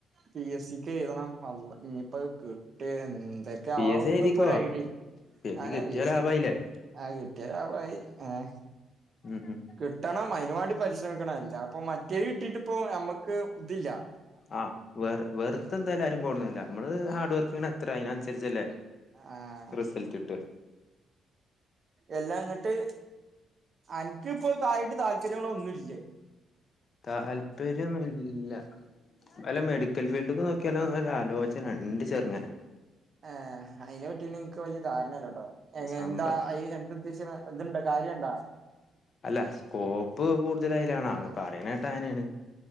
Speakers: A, on the right (about 45°); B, on the left (about 45°).
A: പി എസ് സിക്ക് എഴുതെണം അള്ളാ ഇഞ്ഞ് ഇപ്പ അയ് കിട്ടെ എന്തെ ത്തെം
B: പി
A: ആവുന്നൊന്നും
B: എസ് സി എഴുതിക്കോ
A: ഇപ്പ ഒര് ഐഡിം ഇല്ലാ
B: എസ്
A: അയെന്നെ
B: സി കിട്ടിയാ
A: പി എസി
B: ലാഭായില്ലേ
A: അഹ് കിട്ടിയാ ലാഭായി ഏഹ്
B: ഉം ഉം
A: കിട്ടെണം അയിന് വാണ്ടി പരിശ്രമിക്കെണം അല്ലാ ഇപ്പം മറ്റെത് കിട്ടീട്ട് ഇപ്പം ഞമ്മെക്ക് ഇത് ഇല്ലാ
B: ആഹ് വെറ് വെറുതെ എന്തായാലും ആരും കൊട്ന്നെര്ലാ നമ്മെൾ ഹാർഡ് വർക്ക് ചെയ്യ്ണെ എത്രെ അയ്ന് അന്സെര്ച്ച് അല്ലെ?
A: ആഹ്
B: റിസെൽട്ട് കിട്ടാ
A: എല്ലാ ഇന്നെട്ട് അന്ക്ക് ഇപ്പോ കാര്യായിട്ട് താല്പര്യങ്ങൾ ഒന്നും ഇല്ലെ?
B: താല്പര്യം ഒന്നും ഇല്ല വല്ല മെഡിക്കെൽ ഫീൽഡ്ക്കും നോക്കിയാലോ എന്ന ഒരു ആലോചെന ഇണ്ട് ചെറ്ങ്ങനെ
A: എഹ് അയിനെ പറ്റിയൊന്നും ഇൻക്ക് വല്ല്യ ധാരണ ഇല്ലട്ടോ ഏഹ് ഇഞ്ഞ്
B: സംഭ
A: എന്താ അയി എന്താ ഉദ്ദേഷ്ച്ച്നെ ഇത് ഇണ്ടോ? കാര്യം ഇണ്ടോ?
B: അല്ല സ്കോപ്പ് കൂട്തെൽ അയിലാണ് അത് പറിണെട്ടെ അങ്ങനെയെണ്